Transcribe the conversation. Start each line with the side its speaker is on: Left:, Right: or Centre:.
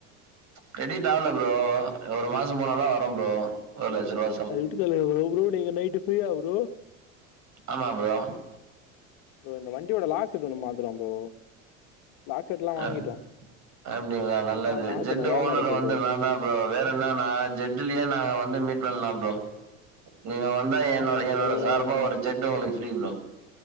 Right: கெரிடிட் ஆகல ப்ரோ ஒரு மாசோ போனாதா வரு ப்ரோ ஒரு லட்ச ரூவா
Left: அத விட்டு தள்ளுங்க ப்ரோ ப்ரோ நீங்க நைட்டு ஃப்ரீயா ப்ரோ
Right: ஆமா ப்ரோ
Left: ப்ரோ இந்த வண்டியோட லாக்செட்டு ஒன்னு மாத்துலா ப்ரோ லாக் செட்லாம் வாங்கிட்டோம்
Right: அ அப்டிங்களா நல்லது
Left: நைட்டா மாத்தணும்
Right: ஜெட்டு
Left: வேல
Right: ஓனரு
Left: இருக்கு
Right: வந்து
Left: ப்ரோ
Right: நா தா ப்ரோ வேற என்ன நா ஜெட்லயே நாங்க வந்து மீட் பண்ல ப்ரோ நீங்க வந்தா என்னோட
Left: அதான்
Right: என்னோட
Left: ப்ரோ
Right: சார்பா
Left: நீ
Right: ஒரு ஜெட்டு உங்களுக்கு ஃப்ரீ ப்ரோ